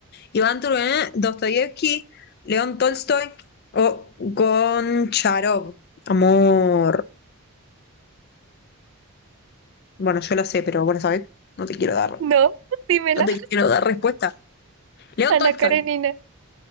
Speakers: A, on the left; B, on the right.
A: Iván Turgenev, Dostoyevsky, León Tolstoy o Goncharov. Amor. Bueno, yo la sé, pero bueno, ¿sabes? No te quiero dar,
B: No, <laughs> dímela.
A: no te quiero dar respuesta. León
B: Ana
A: Tolstoy.
B: Karenina.